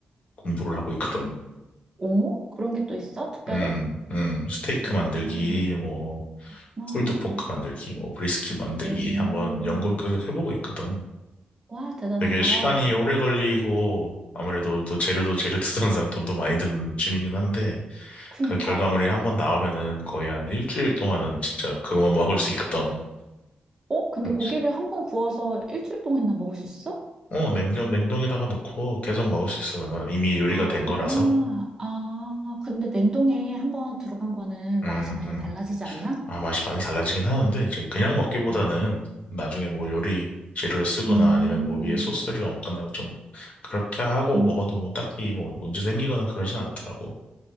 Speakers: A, on the left; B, on the right.
A: 공부를 하고 있거든.
B: 오? 그런 게 또 있어? 특별히?
A: 음, 음. 스테이크
B: 오,
A: 만들기, 뭐,
B: 나,
A: 풀드 포크 만들기, 뭐, 브리스킷 만들기
B: 오,
A: 한번 연구를 계속 해보고 있거든.
B: 와, 대단하다.
A: 되게 시간이 오래 걸리고 아무래도 또 재료도 재료 특성상 돈도 많이 드는 취미긴 한데
B: 그니까.
A: 그 결과물이 한번 나오면은 거의 한 일주일 동안은 진짜 그것만 <laughs> 먹을 수 있거든.
B: 어, 근데
A: 그렇지.
B: 고기를 한번 구워서 일주일 동안이나 먹을 수 있어?
A: 어, 냉동, 냉동에다가 넣고 계속 먹을 수 있어, 웬만하면. 이미 요리가
B: 아,
A: 된 거라서.
B: 아, 근데 냉동에 한번 들어간 거는
A: 음,
B: 맛이 많이
A: 음.
B: 달라지지 않나?
A: 아, 맛이 많이 달라지긴 하는데, 이제 그냥 먹기보다는
B: 음.
A: 나중에 뭐 요리 재료를 쓰거나
B: 음,
A: 아니면 뭐 위에 소스를 얹거나 좀 그렇게 하고
B: 음.
A: 먹어도 뭐 딱히 뭐 문제 생기거나 그러진 않더라고.